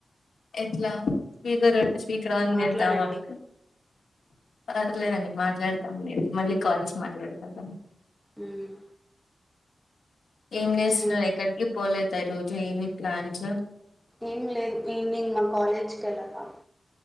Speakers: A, on the left; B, in the centre.
A: ఎట్లా స్పీకర్ పెట్టీ స్పీకర్ ఆన్
B: మాట్లాడండి
A: చేద్దాం అనకు పర్లేదండి మాట్లాడతంలేండి మళ్ళీ కాల్స్ మాట్లాడతదను
B: మ్మ్
A: ఏం
B: ఇంకేం
A: చేస్తున్నారు ఎక్కడికి పోలేదా ఈ రోజూ ఈవినింగ్ ప్లాన్స్
B: ఏం లేదు ఈనింగ్ మా కాలేజ్కి వెళ్ళలా